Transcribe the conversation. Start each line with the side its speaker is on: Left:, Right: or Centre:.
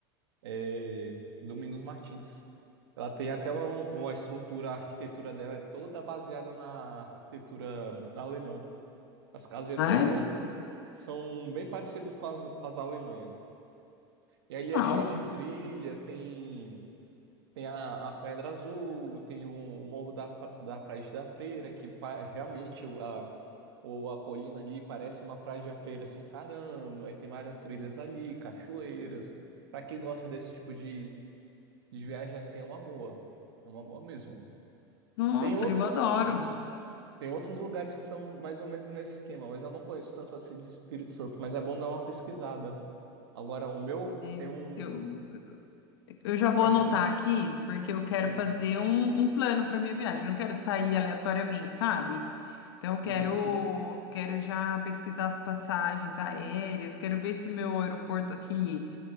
Right: é Domingos Martins. Ela tem até uma, uma estrutura, a arquitetura dela é toda baseada na arquitetura alemã. As casinhas
Left: Ai,
Right: são todas são bem parecidas com as, com as da Alemanha. E ali
Left: uau.
Right: é cheio de trilha, tem tem a, a Pedra Azul, tem o Morro da, Fra- da Frade da Freira, que pa- realmente o- a ou a colina ali parece uma praia de feira se encarando, aí tem várias trilhas ali, cachoeiras. Pra quem gosta desse tipo de, de viagem assim, é uma boa. É uma boa mesmo.
Left: Nossa,
Right: Tem outra,
Left: eu adoro.
Right: tem outros lugares que são mais ou menos nesse esquema, mas eu não conheço tanto assim de Espírito Santo, mas é bom dar uma pesquisada. Agora, o meu
Left: É,
Right: tem um.
Left: Eu, Eu já vou
Right: Acho
Left: anotar
Right: que.
Left: aqui, porque eu quero
Right: hum,
Left: fazer um, um plano para minha viagem. Não quero sair aleatoriamente, sabe? Então,
Right: sim,
Left: eu quero,
Right: sim.
Left: quero já pesquisar as passagens aéreas, quero ver se o meu aeroporto aqui